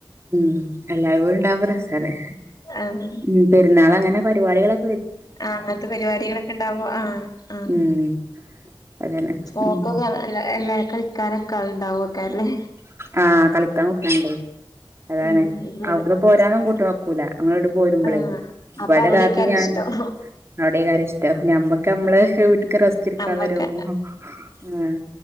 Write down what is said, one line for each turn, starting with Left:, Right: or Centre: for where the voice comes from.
Right: ഉം എല്ലാവരും ഉണ്ടാവുമ്പ രസല്ലേ
Left: ആഹ്
Right: ഉം പെരുന്നാൾ അങ്ങനെ പരിപാടികള്
Left: ആഹ് അങ്ങനത്തെ പരിപാടികളൊക്കെ ഉണ്ടാവുമ്പോ ആഹ് ആ
Right: ഉം അതാണ്
Left: ഓക്ക്
Right: ഉം
Left: കൊറേ അല്ല അല്ലേ കളിക്കാനൊക്കെ ആള് ഉണ്ടാവോക്കാരല്ലേ
Right: ആഹ് കളിക്കാൻ കുട്ടിയാണ്ട് അതാണ്
Left: ഉം ഇവിടെ
Right: അവിടുന്ന് പോരാന്നും
Left: ഉം
Right: കുട്ടി വെക്കൂല അങ്ങോട് പോരുമ്പോളേ
Left: ആഹ്
Right: ഇവിടെ
Left: അപ്പൊ അവിടേക്കാരം
Right: ഒരാക്ക് ഞാൻ
Left: ഇഷ്ടം
Right: അവിടെ കാര്യം ഇഷ്ടം ഞമ്മക്ക് നമ്മളെ
Left: ആഹ്
Right: വീട്ട് ക്ക് റസ്റ്റെടുക്കാൻ
Left: നമ്മക്ക്
Right: വരോ ആഹ്